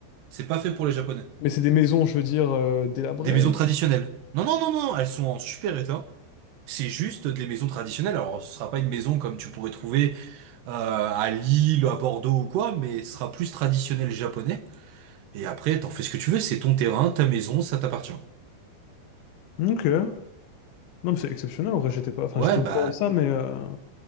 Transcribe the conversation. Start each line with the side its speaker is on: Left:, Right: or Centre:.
Right: C'est pas fait pour les Japonais.
Left: Mais c'est des maisons, je veux dire, euh, délabrées.
Right: Des maisons traditionnelles. Non, non, non, non, elles sont en super état. C'est juste des maisons traditionnelles. Alors, ce sera pas une maison comme tu pourrais trouver euh, à Lille, à Bordeaux ou quoi, mais ce sera plus traditionnel japonais. Et après, t'en fais ce que tu veux, c'est ton terrain, ta maison, ça t'appartient.
Left: Ok. Non, mais c'est exceptionnel. En vrai, j'étais pas. Enfin,
Right: Ouais,
Left: j'étais au
Right: bah
Left: courant de ça, mais, euh,